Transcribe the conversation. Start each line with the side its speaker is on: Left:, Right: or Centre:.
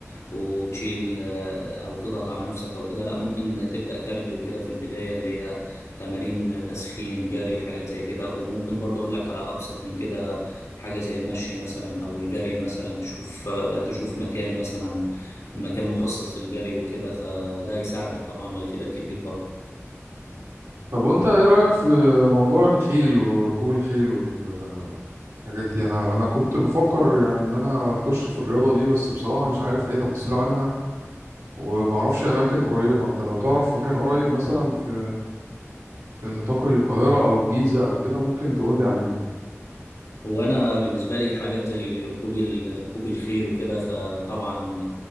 Left: وتشيل آه، او تضغط على نفسك او كده لا ممكن تبدا كارديو كده في البدايه اللي هي تمارين تسخين جري حاجات زي كده وممكن برضه اقول لك على ابسط من كده حاجه زي المشي مثلا او الجري مثلا تشوف آه، تشوف مكان مثلا مكان مخصص للجري وكده فده يساعدك طبعا ويفيدك كتير طبعا
Right: طب وانت ايه رايك في موضوع الخيل وركوب الخيل والرياضه الحاجات دي انا انا كنت بفكر يعني ان انا اخش في الرياضه دي بس بصراحه مش عارف اي تفاصيل عنها وما اعرفش اماكن قريبه انت لو تعرف مكان قريب مثلا في في نطاق القاهره او الجيزه او كده ممكن تقول لي عليه
Left: هو انا بالنسبه لي حاجات زي ركوب ال- ركوب الخيل وكده فطبعا